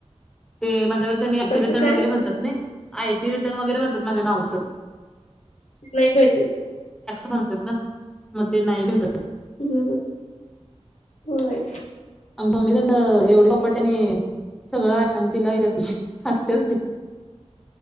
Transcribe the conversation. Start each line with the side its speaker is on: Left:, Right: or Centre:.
Centre: ते माझ्यावर
Left: कसं काय
Centre: रतातयी र माझ नाॅस
Left: नाही भेटत
Centre: भर मग ते नाही भेटत
Left: हम् होय
Centre: आम म तंत एवढपटणी सगळं आहे आणि तिलाही र ति हसते असते